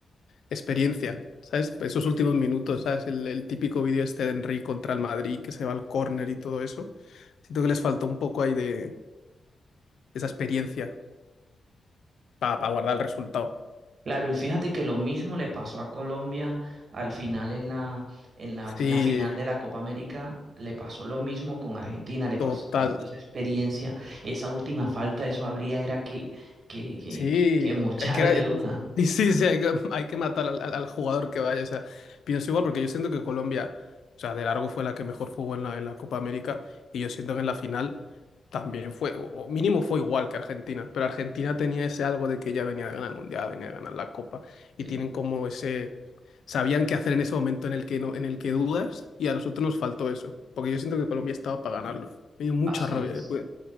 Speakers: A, on the left; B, on the right.
A: experiencia, ¿sabes? Pues Esos últimos minutos, ¿sabes? El, el típico vídeo este de Henry contra el Madrid, que se va al córner y todo eso. Siento que les faltó un poco ahí de esa experiencia para guardar el resultado.
B: Claro, y fíjate que lo mismo le pasó a Colombia al final en la, en la,
A: Sí,
B: en la final de la Copa América, le pasó lo mismo con Argentina, le pasó,
A: total.
B: faltó esa experiencia, esa última falta, eso habría era que, que, que,
A: Sí,
B: que mochar
A: hay que, eh,
B: de una.
A: <laughs> y sí, sí, hay que, hay que matar al, al- al jugador que vaya. O sea, pienso igual porque yo siento que Colombia, o sea, de largo fue la que mejor jugó en la, en la Copa América y yo siento que en la final también fue, o o mínimo fue igual que Argentina, pero Argentina tenía ese algo de que ya venía de ganar el Mundial, venía de ganar la Copa y
B: Sí,
A: tienen como ese, sabían qué hacer en ese momento en el que, no, en el que dudas y a nosotros nos faltó eso, porque yo siento que Colombia estaba para ganarlo. Me dio mucha
B: así
A: rabia
B: es.
A: después.